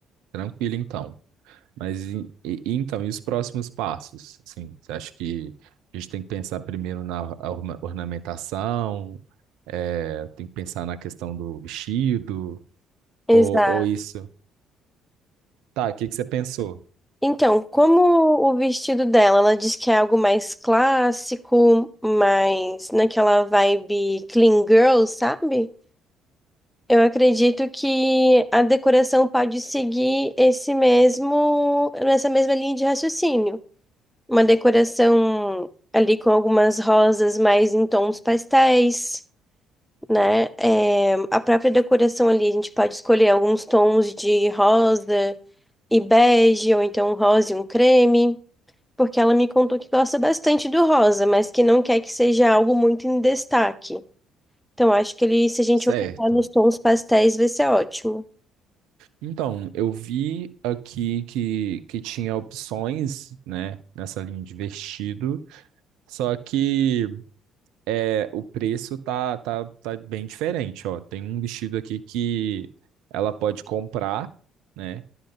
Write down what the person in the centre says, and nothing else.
Exato.
Então, como o vestido dela, ela diz que é algo mais clássico, mais naquela vibe clean girl, sabe? Eu acredito que a decoração pode seguir esse mesmo, essa mesma linha de raciocínio. Uma decoração ali com algumas rosas mais em tons pastéis. né? É, a própria decoração ali, a gente pode escolher alguns tons de rosa e bege, ou então um rosa e um creme, porque ela me contou que gosta bastante do rosa, mas que não quer que seja algo muito em destaque. Então, acho que ele, se a gente
optar nos tons pastéis, vai ser ótimo.